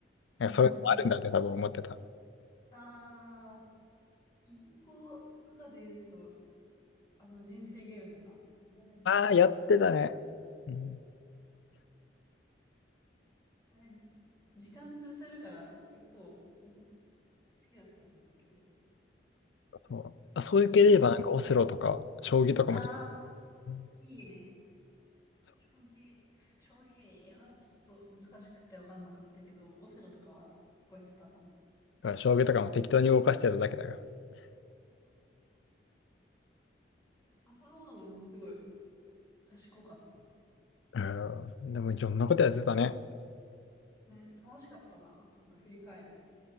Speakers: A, on the left; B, on the left.
A: なんかそういうのもあるんだって多分思ってた。
B: なるほどね。ああ、銀行とかで言うと、あの人生ゲームとかもたまにやってたね。
A: ああ、やってたね。うん、
B: あれ、じ、時間潰せるから結構、うん好きだったんだけど。
A: そう。あ、そういう系で言えばなんかオセロとか将棋とかも、
B: うんああ、
A: うん
B: いいね。
A: そう
B: 将棋、将棋はちょっと難しくて分かんなかったけど、オセロとかは結構やってたかも。
A: だから将棋とかも適当に動かしてただけだから。
B: 遊ぶのもなんかすごい賢かったね。
A: うん、でもいろんなことやってたね。
B: ね、楽しかったな。なんか振り返れて。